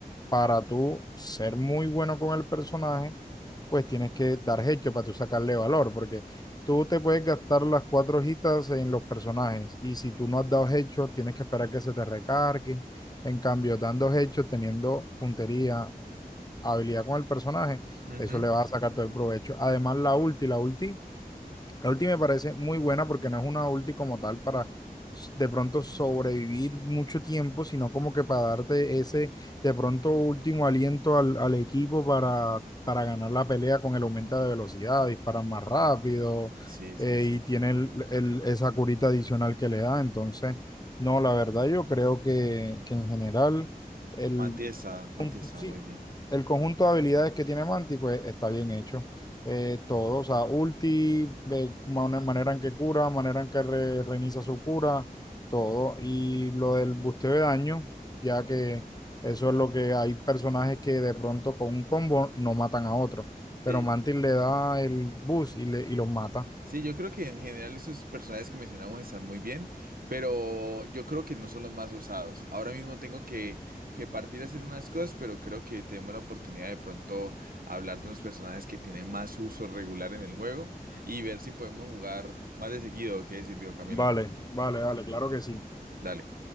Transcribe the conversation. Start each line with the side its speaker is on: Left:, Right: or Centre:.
Left: para tú ser muy bueno con el personaje, pues tienes que dar hecho para tú sacarle valor, porque tú te puedes gastar las cuatro hojitas en los personajes y si tú no has dado hecho, tienes que esperar que se te recargue. En cambio, dando hechos, teniendo puntería, habilidad con el personaje,
Right: Ujú.
Left: eso le vas a sacar todo el provecho. Además, la ulti, la ulti la ulti me parece muy buena porque no es una ulti como tal para de pronto sobrevivir mucho tiempo, sino como que para darte ese de pronto último aliento al, al equipo para, para ganar la pelea con el aumento de velocidad, disparan más rápido
Right: Sí,
Left: eh,
Right: sí, sí.
Left: y tiene el- el- esa curita adicional que le da. Entonces, no, la verdad yo creo que, que en general el
Right: Manti está, Manti está
Left: sí,
Right: muy bien.
Left: el conjunto de habilidades que tiene Manti, pues está bien hecho. Eh, todo, o sea, ulti, eh, man- manera en que cura, manera en que re- reinicia su cura, todo. Y lo del busteo de daño, ya que eso es lo que hay personajes que de pronto con un combo no matan a otro, pero
Right: Sí,
Left: Mantis le da el boost y, le, y los mata.
Right: Sí, yo creo que en general esos personajes que mencionamos están muy bien, pero yo creo que no son los más usados. Ahora mismo tengo que, que partir a hacer unas cosas, pero creo que tenemos la oportunidad de pronto hablar de unos personajes que tienen más uso regular en el juego y ver si podemos jugar más de seguido. ¿Qué decís, viejo Camilo?
Left: Vale, vale, vale, claro que sí.
Right: Dale.